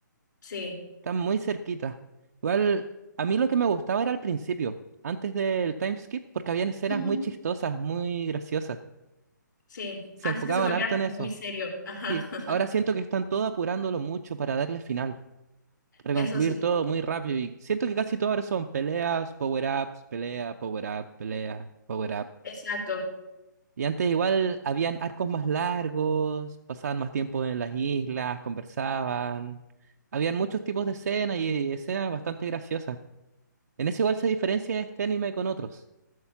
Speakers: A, on the left; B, on the right.
A: Sí.
B: Están muy cerquita. Igual, a mí lo que me gustaba era al principio, antes del time skip, porque habían escenas
A: Ujú.
B: muy chistosas, muy graciosas.
A: Sí,
B: Se
A: antes
B: enfocaban
A: que se volviera
B: harto en
A: como
B: eso.
A: muy serio. Ajá.
B: Sí,
A: <laughs>
B: ahora siento que están todo apurándolo mucho para darle final. para
A: Eso
B: concluir
A: sí,
B: todo muy rápido y siento que casi todo ahora son peleas, power-ups, pelea, power-up, pelea, power-up.
A: exacto.
B: Y antes igual habían arcos más largos, pasaban más tiempo en las islas, conversaban. Habían muchos tipos de escenas y escenas bastante graciosas. En eso igual se diferencia este anime con otros,